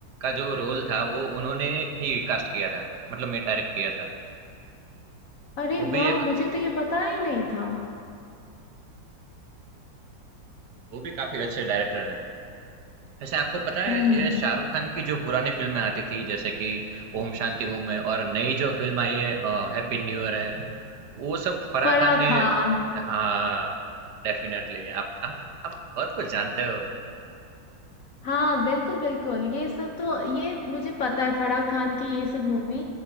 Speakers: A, on the right (about 65°); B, on the left (about 60°).
A: का जो रोल था, वो उन्होंने ही कास्ट किया था, मतलब में डायरेक्ट किया था।
B: अरे
A: वो भी
B: वाह
A: एक
B: मुझे तो ये पता ही नहीं था
A: वो भी काफ़ी अच्छे डायरेक्टर हैं। वैसे आपको पता है
B: हम्म
A: ये शाहरुख खान की जो पुरानी फिल्में आती थी जैसे कि ओम शांति ओम है और नई जो फिल्म आई है हैप्पी न्यू ईयर है वो सब फराह
B: फराह
A: खान ने
B: खान
A: हाँ डेफिनेटली आप, आप आप बहुत कुछ जानते हो
B: हाँ बिल्कुल बिल्कुल ये सब तो ये मुझे पता है फराह खान की ये सब मूवी